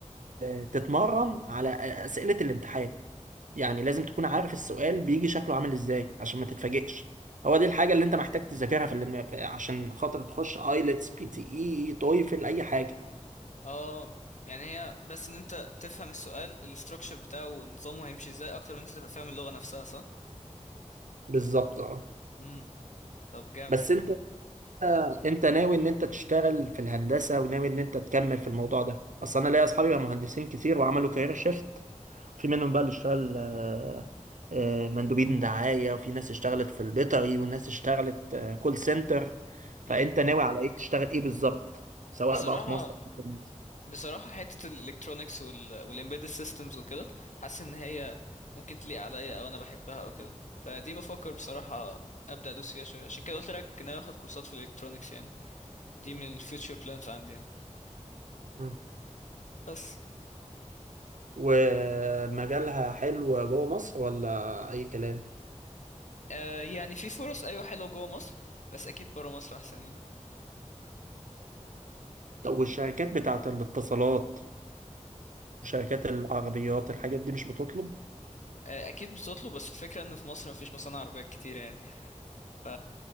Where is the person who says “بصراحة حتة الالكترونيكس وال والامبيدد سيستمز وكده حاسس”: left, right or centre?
Left